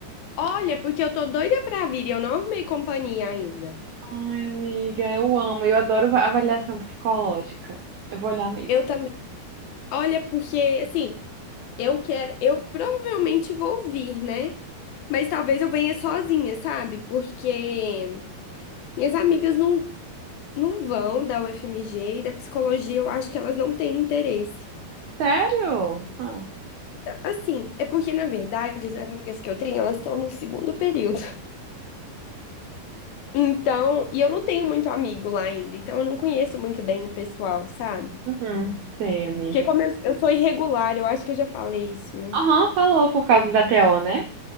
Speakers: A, on the left; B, on the right.
A: Olha, porque eu tô doida pra vir, e eu não arrumei companhia ainda.
B: Ai, amiga, eu amo, eu adoro va- avaliação psicológica. Eu vou olhar mesmo.
A: Eu também. Olha, porque assim, eu quero, eu provavelmente vou vir, né? Mas talvez eu venha sozinha, sabe? Porque minhas amigas não não vão da UFMG e da psicologia, eu acho que elas não têm interesse.
B: Sério? Ah.
A: Assim, é porque na verdade as amigas que eu tenho, elas estão no segundo período. <laughs> Então, e eu não tenho muito amigo lá ainda, então eu não conheço muito bem o pessoal, sabe?
B: Uhum. Sei, amiga.
A: Porque como eu, eu sou irregular, eu acho que eu já falei isso, né?
B: Aham, falou por causa da TO, né?